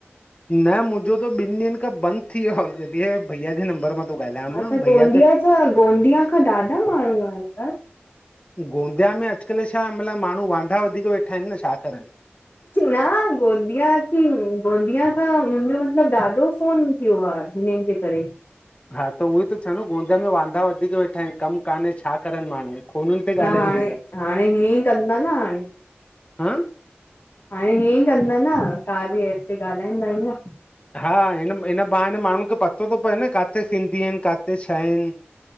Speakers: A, on the left; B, on the left.
A: न। मुंहिंजो त ॿिन ड्डिहन खां बंद थी व्यो आ, हे भैया जे नंबर मां थो ॻाल्हायां
B: अच्छा
A: मां भैया
B: गोंदिया
A: त
B: जा, गोंदिया खां ॾाढा माण्हू आहिन त।
A: गोंदिया में अॼुकल्ह छा मतिलब, माण्हू वांदा वधीक वेठा आहिन न छा करन।
B: न गोंदिया क गोंदिया खां मुंहिंजो मतलबु ॾाढो फोन इियो आ, हिन जे करे।
A: हा त, उहो इ तो चवां न, गोंदिया में वांदा वधीक वेठा आहिनि, कमु कान्हे छा करनि माण्हू। फ़ोनुनि ते
B: त हाणे,
A: ॻाल्हाइनि हिन महिल
B: हाणे हीअं ई, कंदा न हाणे।
A: हां
B: हाणे हीअं ई कंदा न, ता बि एप ते ॻाल्हाईंदा ई न।
A: हा हिन- हिन बहाने माण्हू खे पतो थो पए न, काथे सिंधी आहिन, काथे छा आहिन।